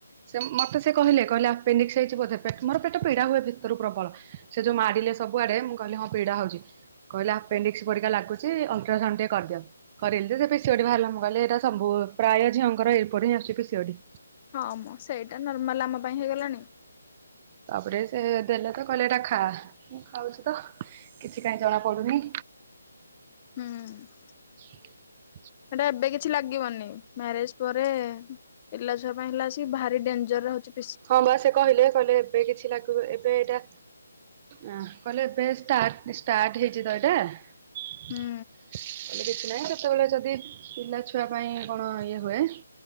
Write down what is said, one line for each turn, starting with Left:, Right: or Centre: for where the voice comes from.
Right: ସେ ମତେ ସେ କହିଲେ କହିଲେ ଆେଣ୍ଡିକ୍ସ ହେଇଛି ବୋଧେ ମୋର ପେଟ ପୀଡା ହୁଏ ଭିତରରୁ ପ୍ରବଳ। ସେ ଯୋଉ ମାଡିଲେ ସବୁଆଡେ ମୁଁ କହିଲି ହଁ ପୀଡା ହଉଛି। କହିଲା ଆପେଣ୍ଡିକ୍ସ ପରିକା ଲୁଛି ଅଲଟ୍ରାସାଉଣ୍ଡ ଟିକେ କରିଦିଅ। କରିଲି ଯେ ସେ ପି ସି ଓ ଡି ବାହାରିଲା। ମୂଁ କହିଲି ଏଟା ସବୁ ପ୍ରାୟ ଝିଅଙ୍କର ଏପରି ଆସୂଛି ପି ସି ଓ ଡି।
Left: ହଁ ମୁଁ ସେଇଟା ନର୍ମାଲ ଆମ ପାଇଁ ହେଇଗଲାଣି।
Right: ତାପରେ ସେ ଦେଲେ ତ କହିଲେ ଏଟା ଖା ମୁ ଖାଉଛି ତ। କିଛି କହିଁ ଜଣା ପଡୁନି।
Left: ହୁଁ
Right: ଆ
Left: ସେଟା ଏବେ କିଛି ଲାଗ ଲାଗିବନି ମ୍ୟାରେଜ ପରେ ପିଲା ଛୁଆ ପାଇଁ ହେଲା ଆ ଭାରି ଡେଂଜର ଅଛି।
Right: ହଁ ବା ସେ କହିଲେ କହିଲେ ଏବେ କିଛି ଲାଗିବ ଏବେ ଏଇଟା ଅ କହିଲେ ଏବେ ଷ୍ଟାର୍ଟ ହେଇଛି ତ ଏଇଟା।
Left: ହୁଁ
Right: କହଲେ କିଛି ନାହିଁ କେତେବେଳେ ଯଦି ପିଲା ଛୁଆ ପାଇଁ କଣ ଇଏ ହୁଏ